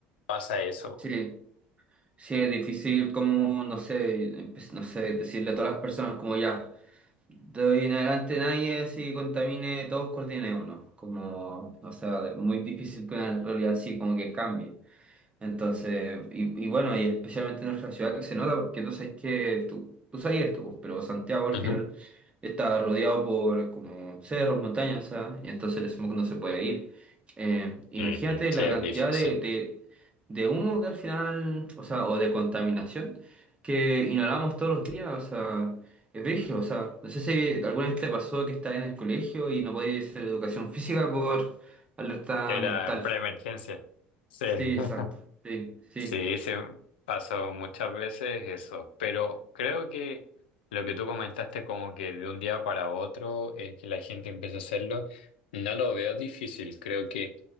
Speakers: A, on the left (about 80°); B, on the right (about 20°).
A: pasa eso.
B: sí. Sí, es difícil como, no sé, empe- no sé, decirle a todas las personas como ya. De hoy en adelante nadie así contamine, todos coordinen uno. Como, o sea, muy difícil que una realidad así como que cambie. Entonces, y, y bueno, y especialmente en nuestra ciudad que se nota, porque tú sabes que tú, tú sabías esto, pues, pero Santiago al
A: Ujú.
B: final está rodeado por como cerros, montañas, o sea, y entonces el smog no se puede ir. Eh, imagínate
A: Ujú, Sí,
B: la
A: es
B: cantidad
A: difícil.
B: de, de, de humo que al final, o sea, o de contaminación que inhalamos todos los días, o sea, es brígido, o sea, no sé si alguna vez te pasó que estás en el colegio y no podías hacer educación física por alerta
A: Era
B: ambiental.
A: preemergencia. Sí.
B: Sí,
A: <laughs>
B: exacto, sí, sí.
A: Sí, se pasó muchas veces eso, pero creo que lo que tú comentaste como que de un día para otro eh, que la gente empiece a hacerlo, no lo veo difícil. Creo que